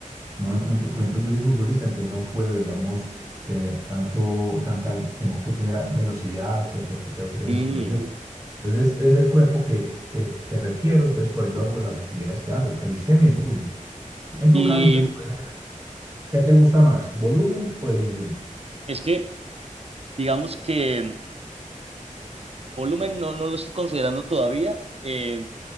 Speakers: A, on the right (about 25°); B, on the right (about 50°).
A: no de pronto, por ejemplo, yo soy futbolista, entonces no puedo, digamos, tener tanto, tanta, le- tengo que tener ah, velocidad, ¿cierto? Que tengo que tener
B: Mm.
A: explosión. Entonces, es el cuerpo que, que, que requiero, entonces por eso hago las actividades que hago, calistenia y fútbol. En tu
B: Y
A: caso, entonces, puedes hacer- ¿qué te gusta más, volumen o definición?
B: es que, digamos que volumen no, no lo estoy considerando todavía. Eh,